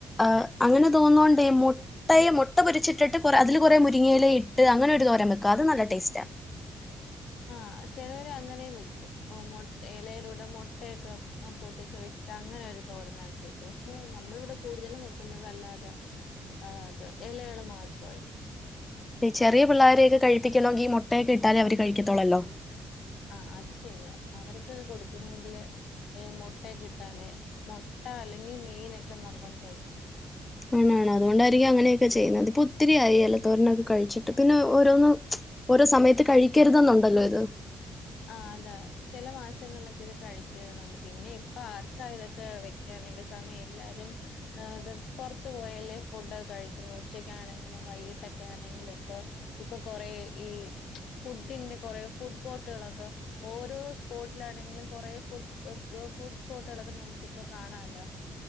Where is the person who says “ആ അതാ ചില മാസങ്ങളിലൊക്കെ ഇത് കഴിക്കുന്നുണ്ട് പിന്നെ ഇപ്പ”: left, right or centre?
Left